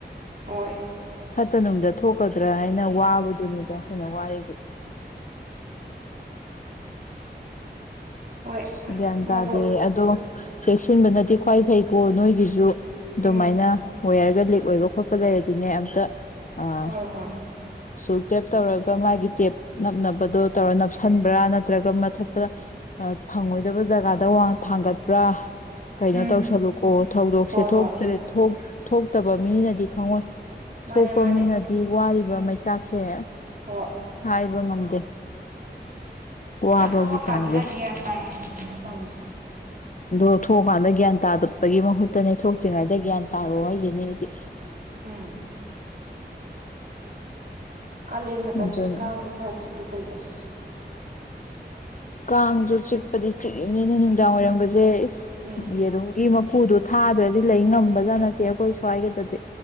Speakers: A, on the right; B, on the left.
A: ꯍꯣꯏ
B: ꯐꯠꯇ ꯅꯨꯡꯗ ꯊꯣꯛꯀꯗ꯭ꯔꯥ ꯍꯥꯏꯅ ꯋꯥꯕ ꯑꯗꯨꯨꯅꯤꯗ ꯑꯩꯈꯣꯏꯅ ꯋꯥꯔꯤꯔꯗꯤ
A: ꯍꯣꯏ
B: ꯁꯤꯗꯗꯗꯦ
A: ꯑꯁ ꯃꯥꯗꯣ
B: ꯑꯗꯣ ꯆꯦꯛꯁꯤꯟꯕꯅꯗꯤꯦ ꯈ꯭ꯋꯥꯏ ꯐꯩꯀꯣ ꯅꯣꯏꯒꯤꯁꯨ ꯑꯗꯨꯃꯥꯏꯅ
A: ꯎꯝ
B: ꯋꯌꯔꯒ ꯂꯤꯛ ꯑꯣꯏꯕ ꯈꯣꯠꯄ ꯂꯩꯔꯗꯤꯅꯦ ꯑꯝꯇ ꯑꯥ
A: ꯍꯣꯏ ꯍꯣꯏ
B: ꯁꯨꯜ ꯇꯦꯞ ꯇꯧꯒ ꯃꯥꯒꯤ ꯦꯞ ꯅꯝꯕꯗꯣ ꯇꯧꯔ ꯅꯞꯁꯤꯟꯕ꯭ꯔꯥ ꯅꯠꯇ꯭ꯔꯒ ꯃꯊꯛꯇ ꯐꯪꯉꯣꯏꯗꯕ ꯖꯒꯥꯗ ꯋꯥ ꯊꯥꯡꯒꯠꯄ꯭ꯔꯥ ꯀꯩꯅꯣ
A: ꯎꯝ
B: ꯇꯧꯁꯜꯂꯨꯀꯣ ꯊꯧꯗꯣꯛꯁꯦ
A: ꯍꯣꯏ
B: ꯊꯣꯛꯇ꯭ꯔꯦ
A: ꯍꯣꯏ
B: ꯊꯣꯛ ꯊꯣꯛꯇꯕ ꯃꯤꯅꯗꯤ ꯈꯪꯉꯣꯏ
A: ꯃꯥꯅꯦ
B: ꯊꯣꯛꯄ
A: ꯃꯥꯅꯦ
B: ꯃꯤꯅꯗꯤ ꯋꯥꯔꯤꯕ ꯃꯩꯆꯥꯛ ꯁꯤꯦ
A: ꯍꯣꯏ
B: ꯑ ꯏꯕꯣ ꯅꯝꯗꯦ ꯋꯥꯍꯕꯒꯤ
A: ꯊꯣꯛꯑꯀꯥꯟꯗꯒ
B: ꯆꯥꯟꯦ
A: ꯒ꯭ꯌꯥꯟ ꯇꯥꯏ ꯍꯥꯏꯗꯅꯤꯗ ꯇꯧꯔꯤꯁꯤ
B: ꯑ ꯊꯣꯛꯑꯀꯥꯟꯗ ꯒ꯭ꯌꯥꯟ ꯇꯥꯗꯠꯄꯒꯤ ꯃꯍꯨꯠꯇꯅꯦ ꯊꯣꯛꯇ꯭ꯔꯤꯉꯩꯗ ꯒ꯭ꯌꯥꯟ ꯇꯥꯔꯣꯑꯣ ꯍꯥꯏꯁꯤꯅꯦꯗꯤ
A: ꯎꯝ ꯀꯥꯂꯦꯟ ꯃꯇꯝꯁꯤꯦ
B: ꯑꯗꯨꯅ
A: ꯀꯥꯡꯁꯨ ꯈꯔ ꯆꯤꯛꯑꯦ ꯇꯩꯖꯁ
B: ꯀꯥꯡꯁꯨ ꯆꯤꯛꯄꯗꯤ ꯆꯤꯛꯏꯅꯤꯅ ꯅꯨꯡꯗꯥꯡ ꯋꯥꯏꯔꯝꯝꯕꯁꯦ
A: ꯎꯝ
B: ꯌꯦꯔꯨ ꯃ ꯎꯄꯨꯗꯣ ꯊꯥꯗ꯭ꯔꯗꯤ ꯂꯩ ꯉꯝꯕꯖꯥꯠꯅꯠꯇꯦ ꯑꯩꯈꯣꯏ ꯁ꯭ꯋꯥꯏꯒꯗꯗꯤ